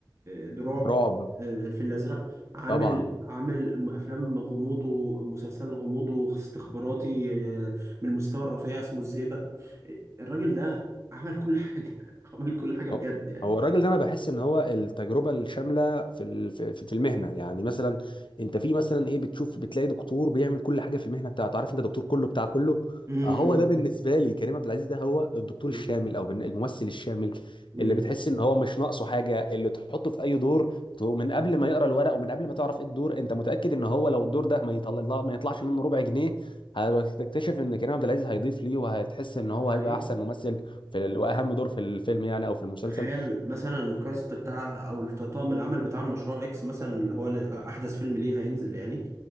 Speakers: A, on the right (about 35°); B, on the left (about 85°).
A: آه، آه، رعب
B: رعب
A: آه، الفيل الأزرق عامل
B: طبعا
A: عامل أفلام غموض ومسلسل غموض واستخباراتي آه، من المستوى الرفيع اسمه الزيبق آه، الراجل ده عمل كل حاجة <laughs> عمل كل حاجة بجد
B: هو
A: يعني
B: هو الراجل ده انا بحس ان هو التجربه الشامله في ال- في في المهنه يعني مثلا انت في مثلا ايه بتشوف بتلاقي دكتور بيعمل كل حاجه في المهنه بتاعته عارف انت دكتور كله بتاع كله
A: مم.
B: هو ده بالنسبه لي كريم عبد العزيز ده هو الدكتور
A: مم.
B: الشامل او بالن- الممثل الشامل
A: مم.
B: اللي بتحس ان هو مش ناقصه حاجه اللي تحطه في اي دور تو- من قبل ما يقرا الورق ومن قبل ما تعرف ايه الدور انت متاكد ان هو لو الدور ده ما يطلع ما يطلعش منه ربع جنيه هتكتشف ان كريم عبد العزيز هيضيف ليه وهتحس ان هو
A: حقيقة
B: هيبقى احسن ممثل في ال... واهم دور في الفيلم يعني او في المسلسل
A: تخيل مثلا الكاست بتاع او طاقم العمل بتاع مشروع اكس مثلا اللي هو ل- احدث فيلم ليه هينزل يعني